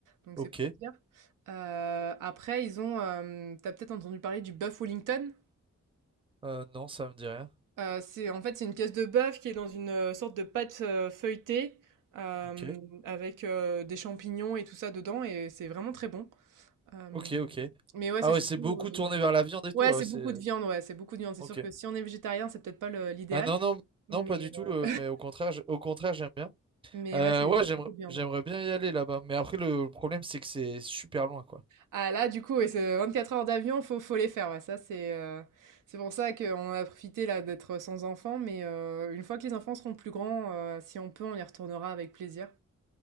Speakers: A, on the right (about 85°); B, on the right (about 15°).
A: donc
B: Ok.
A: c'est pour dire. Heu, après ils ont, hem, tu peut-être entendu parler du bœuf Wellington?
B: Euh, non, ça me dit rien.
A: Heu, c'est en fait, c'est une pièce de bœuf qui est dans une, heu, sorte de pâte, heu, feuilletée, hem,
B: Ok.
A: avec, heu, des champignons et tout ça dedans et c'est vraiment très bon. Euh,
B: Ok, ok.
A: mais ouais,
B: Ah
A: c'est
B: ouais,
A: surtout.
B: c'est beaucoup
A: euh,
B: tourné vers la viande et tout.
A: Ouais,
B: Ah
A: c'est
B: ouais, c'est.
A: beaucoup de viande, ouais, c'est beaucoup de viande. C'est
B: Ok.
A: sûr que si on est végétarien, c'est peut-être pas le- l'idéal.
B: Ah non, non,
A: Mais,
B: non, pas du tout. euh,
A: euh,
B: mais au contraire, j'- au contraire, j'aime bien.
A: mais
B: Euh,
A: ouais, c'est
B: ouais,
A: c'est
B: j'aimerais,
A: beaucoup de viande.
B: j'aimerais bien y aller là-bas. Mais après, le problème, c'est que c'est super loin, quoi.
A: Ah là, du coup, ouais, c'est 24 heures d'avion, faut, faut les faire. Ouais, ça, c'est euh, c'est pour ça qu'on en a profité là d'être sans enfants. Mais euh, une fois que les enfants seront plus grands, euh, si on peut, on y retournera avec plaisir.